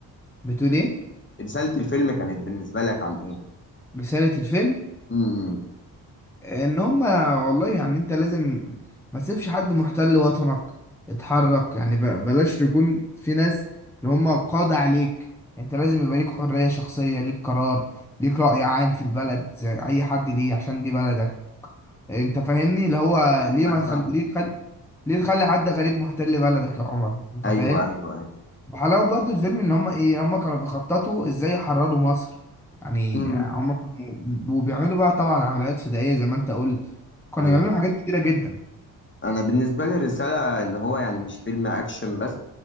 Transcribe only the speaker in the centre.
بتقول ايه
رسالة الفيلم
ان هما والله يعني انت لازم ما تسيبش حد محتل وطنك اتحرك يعني ب- بلاش يكون في ناس اللي هما قاضي عليك انت لازم يبقى ليك حرية شخصية ليك قرار ليك رأي عام في البلد زي اي حد ليه عشان دي بلدك انت فاهمني اللي هو
ليه ما تخلي
ليه تخلي ليه تخلي حد غريب محتل بلدك يا عمر انت
فاهم
وحلاوة برضو الفيلم ان هم ايه هم كانوا بيخططوا ازاي يحرروا مصر يعني
هم كانوا وبيعملوا بقى طبعا عمليات فدائية زي ما انت قلت كانوا
بيعملوا حاجات كتيرة جدا